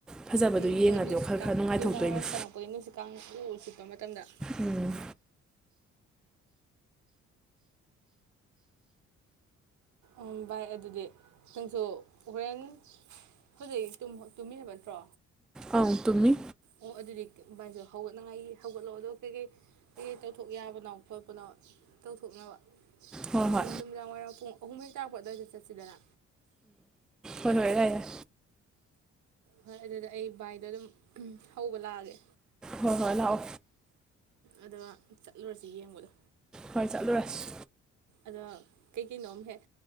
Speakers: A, in the centre; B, on the right.
A: ꯐꯖꯕꯗꯨ
B: ꯎꯝ
A: ꯌꯦꯡꯉꯗꯤ
B: ꯍꯣꯏ ꯅꯨꯡꯁꯤꯠꯀꯥ
A: ꯋꯥꯈꯜ ꯈꯔ ꯅꯨꯡꯉꯥꯏꯊꯣꯛꯇꯣꯏꯅꯤ
B: ꯅꯨꯡꯗꯥꯡꯋꯥꯏꯔꯝ ꯆꯪꯉꯛꯄꯒꯤ ꯅꯨꯡꯁꯤꯠ ꯀꯥꯡ ꯎ ꯁꯤꯠꯄ ꯃꯇꯝꯗ꯫
A: ꯎꯝ꯫
B: ꯎꯝ ꯚꯥꯏ ꯑꯗꯨꯗꯤ ꯅꯪꯁꯨ ꯍꯣꯔꯦꯟ ꯍꯧꯖꯤꯛ ꯇꯨꯝꯃꯤ ꯍꯥꯏꯕ ꯅꯠꯇ꯭ꯔꯣ꯫
A: ꯑꯪ ꯇꯨꯝꯃꯤ
B: ꯑꯣ ꯑꯗꯨꯗꯤ ꯚꯥꯏꯖꯣ꯫ ꯍꯧꯒꯠꯅꯉꯥꯏꯒꯤ ꯍꯧꯒꯠꯂꯣ ꯑꯗꯣ ꯀꯩꯀꯩ ꯀꯩꯀꯩ ꯇꯧꯊꯣꯛ ꯌꯥꯕꯅꯣ ꯈꯣꯠꯄꯅꯣ ꯇꯧꯊꯣꯛꯅꯕ꯫
A: ꯍꯣꯏ
B: ꯍꫭꯔꯦꯟ
A: ꯍꯣꯏ
B: ꯅꯨꯃꯤꯗꯥꯡ ꯋꯥꯏꯔꯝ ꯄꯨꯡ꯫ ꯅꯨꯃꯤꯠ ꯇꯥꯔꯛꯄ ꯑꯗꯥꯏ ꯆꯠꯁꯤꯗꯅ꯫
A: ꯎꯝ ꯍꫭꯏ ꯍꫭꯏ ꯌꯥꯏ꯫
B: ꯍꯣꯏ ꯑꯗꯨꯗꯤ ꯑꯩ ꯕꯥꯏꯗꯣ ꯑꯗꯨꯝ ꯍꯧꯕ ꯂꯥꯛꯑꯒꯦ꯫
A: ꯍꫭꯏ ꯍꯣꯏ ꯂꯑꯣ꯫
B: ꯑꯗꯣ ꯆꯠꯂꯨꯔꯁꯤ ꯌꯦꯡꯕꯗꯣ꯫
A: ꯍꯣꯏ ꯆꯠꯂꯨꯔꯁꯤ
B: ꯑꯗ ꯀꯩꯀꯩꯅꯣꯝ ꯍꯦꯛ